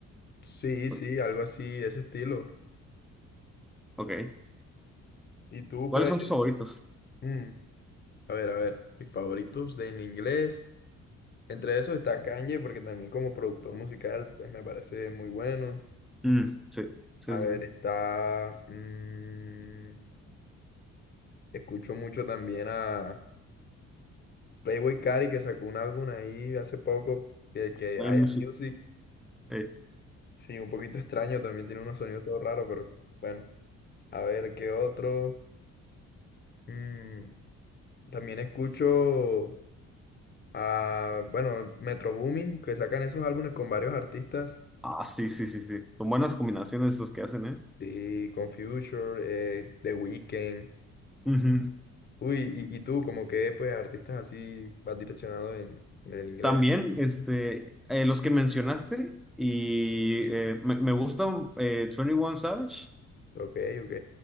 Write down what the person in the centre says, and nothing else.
pues,
ok.
¿Cuáles
son tus favoritos?
Mm, sí, sí,
sí.
Hay mucho-
eh,
Ah, sí, sí, sí, sí. Son buenas combinaciones los que hacen, ¿eh?
Ujú.
También, este, eh, los que mencionaste, y eh, me, me gusta eh, twenty One Savage.